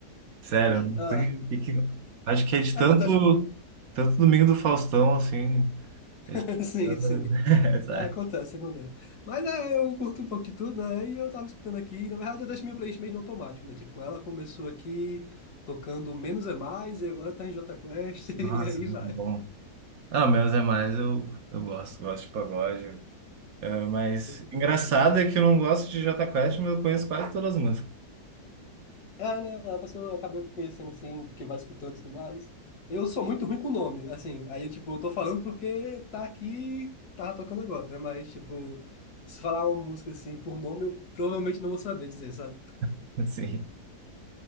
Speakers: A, on the right; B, on the left.
A: Sério, eu não
B: Ah,
A: sei o que que... Acho que é de
B: acontece.
A: tanto, tanto Domingo do Faustão, assim.
B: <laughs>
A: eles-
B: Sim,
A: <laughs>
B: sim.
A: Sabe?
B: Ah, acontece, acontece. Mas é, eu curto um pouco de tudo, né? E eu tava escutando aqui, na verdade eu deixo minha playlist meio no automático, né? Tipo, ela começou aqui tocando Menos é Mais e agora tá em Jota Quest <laughs> e
A: Nossa,
B: aí
A: muito
B: vai.
A: bom. Ah, menos é mais, eu, eu gosto, gosto de pagode. Ah, mas
B: Curte pra
A: engraçado
B: caralho.
A: é que eu não gosto de Jota Quest, mas eu conheço quase todas as músicas.
B: É, né? A pessoa acaba conhecendo assim, porque vai escutando e tudo mais. Eu sou muito ruim com nome, assim. Aí, tipo, eu tô falando porque tá aqui, tá tocando agora, né? Mas, tipo, se falar uma música assim por nome, eu provavelmente não vou saber dizer, sabe?
A: <laughs> Assim.